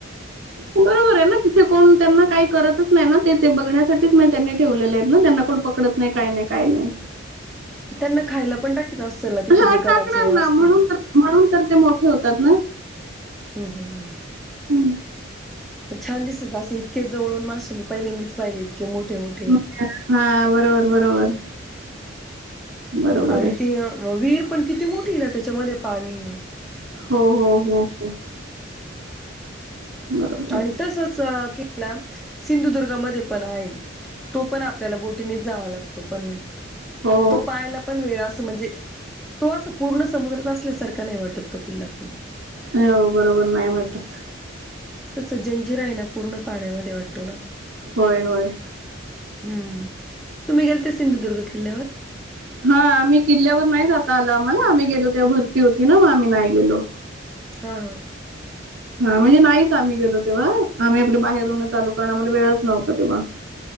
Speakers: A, on the right; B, in the centre.
A: बरोबर आहे ना तिथे कोण, त्यांना काही करतच नाही, ना ते ते बघण्यासाठीच म त्यांनी ठेवलेले आहेत ना. त्यांना कोण पकडत नाही काही नाही काय नाही.
B: <inaudible> त्यांना खायला पण टाकीत असतील ना तिथे
A: हा
B: जे गडाचेए
A: टाकणार ना
B: असतील.
A: म्हणून तर म्हणून तर ते मोठे होतात
B: हम् हम हम्.
A: हम.
B: छान दिसेच असे इतके जवळून मासे मी पहिल्यांदाच पाहिले. मोठे मोठे.
A: <unintelligible> हा बरोबर बरोबर. बरोबर
B: आणि
A: आहे
B: तीए विहीर पण किती मोठी हे ना त्याच्यामध्ये पाणी
A: हो हो हो हो. बरोबर आहे
B: आणि तसच अं किल्ला सिंधुदुर्ग मध्ये पण आहे. तो पण आपल्याला बोटीनेच जावा लागतो पण
A: हो
B: तो पायाला पण वेळ असं म्हणजे तो अस पूर्ण समुद्रात असल्यासारखा नाही वाटत. तो किल्ला पण
A: हो बरोबर नाही वाटत.
B: तसं जंजिरा आहे ना पूर्ण पाण्यामध्ये वाटतो ना.
A: होय होय.
B: हम्म तुम्ही गेलते सिंधुदुर्ग किल्ल्यावर?
A: हा आम्ही किल्ल्यावर नाही जाता आल आम्हाला आम्ही गेलो तेव्हा भरती होती ना मग आम्ही नाही गेलो.
B: हा हा.
A: हा म्हणजे नाहीच आम्ही गेलो तेव्हा आम्ही आपल्या बाहेरूनच आलो करण आम्हाला वेळ नव्हतं तेव्हा,